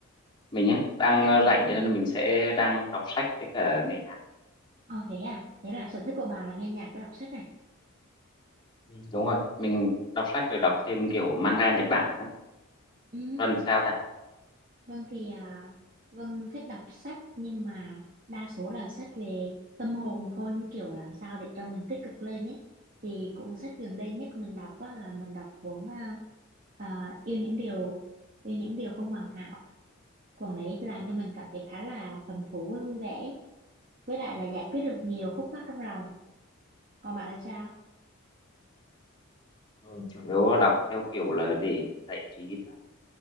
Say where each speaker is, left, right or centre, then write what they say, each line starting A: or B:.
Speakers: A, on the left (about 25°); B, on the right (about 40°).
A: mình nhé, đang ờ,
B: Ừ,
A: rảnh cho nên mình sẽ đang đọc sách với cả nghe nhạc.
B: ồ thế à, thế là sở thích của bạn là nghe nhạc với đọc sách à?
A: Ừ. Đúng rồi, mình đọc sách rồi đọc thêm kiểu manga Nhật Bản nữa.
B: Ừ,
A: Vân thì sao ta?
B: Vâng thì à, Vâng thích đọc sách nhưng mà đa số là sách về tâm hồn thôi như kiểu làm sao để cho mình tích cực lên ấy. Thì cuốn sách gần đây nhất mình đọc á, là mình đọc cuốn à, à, Yêu những điều yêu những điều không hoàn hảo. Cuốn đấy làm cho mình cảm thấy khá là hứng thú với vui vẻ. Với lại là giải quyết được nhiều khúc mắc trong lòng. Còn bạn thì sao?
A: Ừ, chủ yếu đọc theo kiểu là để giải trí thôi. á.